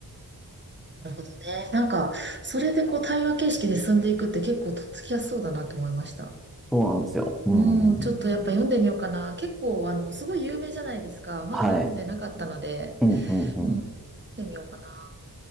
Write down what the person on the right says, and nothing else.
なるほどね。なんか、それでこう対話形式で進んでいくって結構とっつきやすそうだなと思いました。
うん、ちょっとやっぱ読んでみようかな。結構、あの、すごい有名じゃないですか。まだ読んでなかったので、
うん、読んでみようかな。